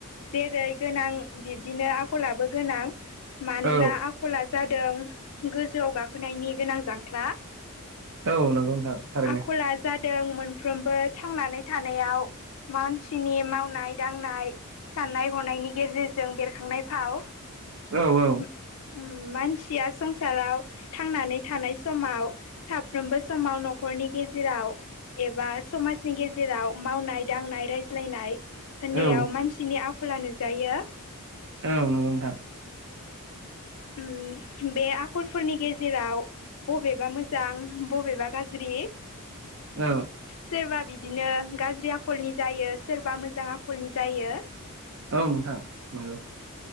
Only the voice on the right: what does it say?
औ
औ नंगौ नोंथां थारैनो।
औ औ
औ
औ नंगौ नोंथां
औ
औ नोंथां नंगौ